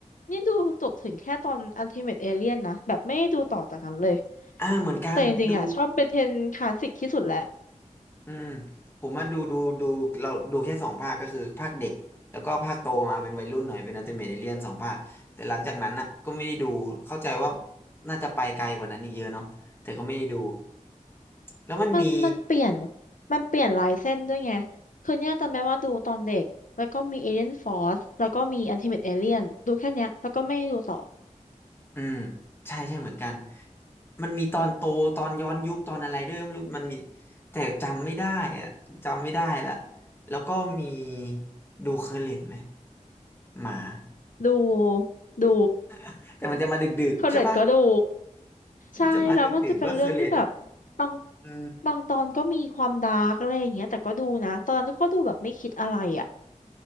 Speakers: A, on the left; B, on the left.
A: นี่ดูจบถึงแค่ตอนอั t ติเม e เอเลียนนะแบบไม่ได้ดูต่อจากนั้นเลย
B: อ่าเหมือนกันดู
A: แต่จริงๆอ่ะชอบเบเทนคลาสสิกที่สุดแหละ
B: อืมผมมาดูดูดูเราดูแค่สองภาคก็คือภาคเด็กแล้วก็ภาคโตมาเป็นวัยรุ่นหน่อยเป็นอัลติเมทเอเลียนสองภาคแต่หลังจากนั้นน่ะก็ไม่ได้ดูเข้าใจว่าน่าจะไปไกลกว่านั้นอีกเยอะเนาะแต่ก็ไม่ได้ดูแล้วมันมี
A: มันมันเปลี่ยนมันเปลี่ยนลายเส้นด้วยไงคือเนี่ยจำได้ว่าดูตอนเด็ก แล้วก็มีเอเ e ียนฟอรสแล้วก็มีอันติเม e เอเลียนดูแค่เนี้ยแล้วก็ไม่ได้ดูต่อ
B: อืมใช่ใช่เหมือนกันมันมีตอนโตตอนย้อนยุคตอนอะไรด้วยไม่รู้มันมีแต่จำไม่ได้อะจำไม่ได้ละแล้วก็มีดูเคอร์เล็ตไหมหมา
A: ดูดู
B: <laughs> แต่มันจะมาดึกๆใช่ปะ
A: คอร์เรตก็ดู ใช่แล้วมันจะเป็นเรื่องที่แบบ
B: มันจะมาดึกๆว่าคือเลดอ่ะ
A: บาง
B: เออ
A: บางตอนก็มีความดาร์กอะไรอย่างเงี้ยแต่ก็ดูนะ ตอนนั้นก็ดูแบบไม่คิดอะไรอ่ะ